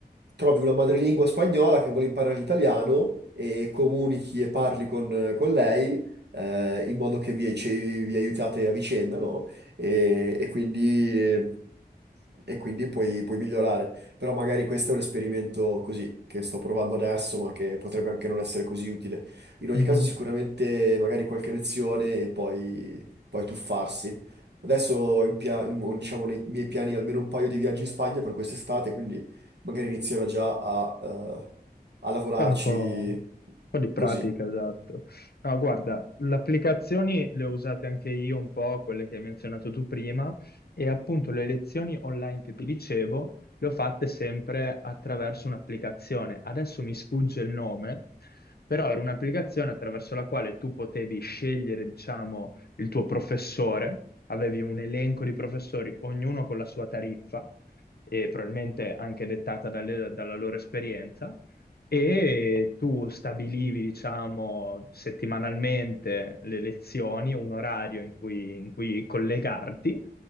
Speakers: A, on the right; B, on the left.
A: trovi una madrelingua spagnola che vuole imparare l'italiano e comunichi e parli con, con lei. eh, in modo che vi, ci- vi aiutate a vicenda, no? E, e quindi e quindi puoi, puoi migliorare. Però magari questo è un esperimento così che sto provando adesso, ma che potrebbe anche non essere così utile. In ogni
B: Mhm.
A: caso, sicuramente magari qualche lezione e poi, poi tuffarsi. Adesso ho in pia- in- diciamo nei miei piani almeno un paio di viaggi in Spagna per quest'estate, quindi magari inizierò già a, eh, a lavorarci
B: Fare un po', un po' di pratica,
A: così
B: esatto. No, guarda, le applicazioni le ho usate anche io un po', quelle che hai menzionato tu prima, e appunto le lezioni online che ti dicevo le ho fatte sempre attraverso un'applicazione. Adesso mi sfugge il nome, però era un'applicazione attraverso la quale tu potevi scegliere, diciamo, il tuo professore, avevi un elenco di professori, ognuno con la sua tariffa, e probabilmente anche dettata dalle- dalla loro esperienza e tu stabilivi, diciamo, settimanalmente le lezioni, un orario in cui, in cui collegarti